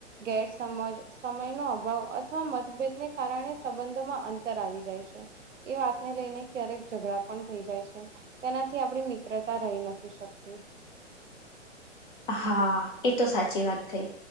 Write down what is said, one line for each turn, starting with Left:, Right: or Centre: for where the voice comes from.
Right: ગેરસમજ સમય નો અભાવ અથવા મતભેદને કારણે સંબંધોમાં અંત આવી જાય છે એ વાતને લઈને ક્યારેક ઝઘડા પણ થઈ જાય છે. તેનાથી આપ મિત્ર રહી નથી, શકતી
Left: હા, એ તો સાચી વાત કઈ